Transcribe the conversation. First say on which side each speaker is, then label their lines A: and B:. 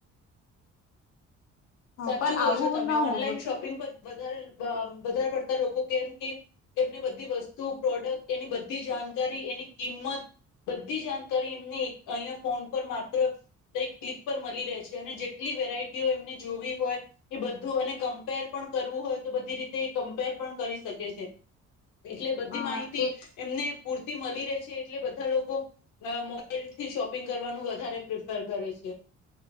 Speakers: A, on the left; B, on the left.
A: અ
B: સાચું
A: પણ
B: કહો
A: આવું
B: છો તમે,
A: ના
B: ઓનલાઈન
A: હોવું
B: શોપિંગ પર વધારે વધારે પડતા લોકો કેમ કે એમને બધી વસ્તુ, પ્રોડક્ટ, એની બધી જાણકારી, એની કિંમત બધી જાણકારી એમને એક અહિયાં ફોન પર માત્ર ક્લિક પર મળી રહે છે અને જેટલી વેરાયટીઓ એમને જોવી હોય એ બધું અને કમ્પેર પણ કરવું હોય તો બધી રીતે કમ્પેર પણ કરી શકે છે. એટલે બધી
A: અ
B: માહિતી
A: એ
B: એમને પૂર્તિ મળી રેય છે એટલે બધા લોકો મોબાઈલથી શોપિંગ કરવાનું વધારે પ્રિફર કરે છે.